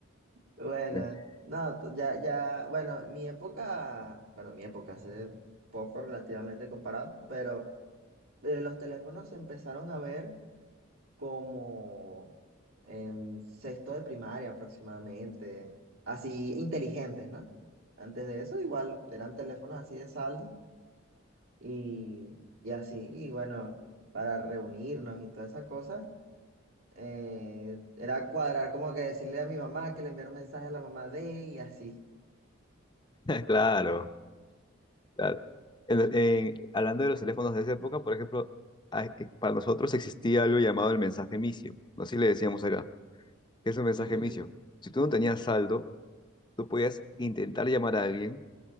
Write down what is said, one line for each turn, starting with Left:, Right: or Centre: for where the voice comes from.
Right: Bueno,
Left: <laughs>
Right: no, to- ya, ya, bueno, mi época, bueno, mi época hace poco relativamente comparado, pero eh, los teléfonos se empezaron a ver como en sexto de primaria aproximadamente, así inteligentes, ¿no? Antes de eso igual eran teléfonos así de saldo y, y así, y bueno, para reunirnos y todas esas cosas eh, era cuadrar como que decirle a mi mamá que le enviara un mensaje a la mamá de y así.
Left: Claro, claro. En- en- hablando de los teléfonos de esa época, por ejemplo, hay- eh, para nosotros existía algo llamado el mensaje micio. Así le decíamos acá. ¿Qué es un mensaje
Right: Uh,
Left: micio? Si tú no tenías saldo, tú podías intentar llamar a alguien